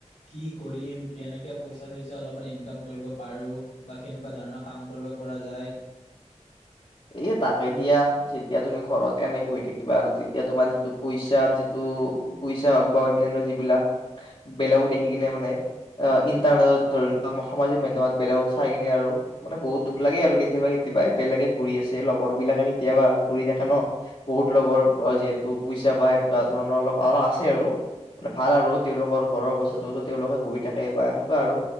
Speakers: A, on the left; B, on the left.
A: কি কৰিম কেনেকে পইচা চইচা অলপমান ইনকাম কৰিব পাৰোঁ। বা কেনেকুৱা ধৰণৰ কাম কৰিব পৰা যায়।
B: এ তাকে দিয়া, যেতিয়া তুমি ঘৰত এনে বহি থাকিবা আৰু তেতিয়া তোমাৰ যিটো পইচাৰ যিটো পইচা হওঁক বা অন্যান্য যিবিলাক, বেলেগক দেখি কিনে মানে ইন্টাৰনেটত ধৰি লোৱা সামাজিক মাধ্যমত বেলেগক চাই কিনে আৰু মানে বহুত দুখ লাগে আৰু কেতিয়াবা কেতিয়াবা বেলেগে ঘুৰি আছে লগৰ বিলাকে কেতিয়াবা আৰু ঘুৰি থাকে ন, বহুত লগৰ যিহেতু পইচা বা সেনেকুৱা ধৰণৰ অলপ আছে আৰু এনে ভাল আৰু তেওঁলোকৰ ঘৰৰ অৱস্থাটো, তেওঁলোকে ঘুৰি থাকে বা এনেকুৱা আৰু,